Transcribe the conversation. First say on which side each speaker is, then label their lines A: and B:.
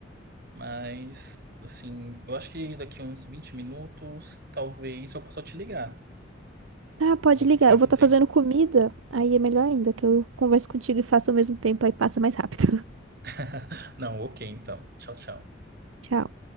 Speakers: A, on the right; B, on the right.
A: Mas, assim, eu acho que daqui uns 20 minutos, talvez eu possa te ligar,
B: Tá, pode
A: se você
B: ligar.
A: tiver
B: Eu
A: com
B: vou estar
A: tempo.
B: fazendo comida, aí é melhor ainda, que eu converso contigo e faço ao mesmo tempo, aí passa mais rápido.
A: <laughs> Não, ok, então. Tchau, tchau.
B: <laughs> Tchau.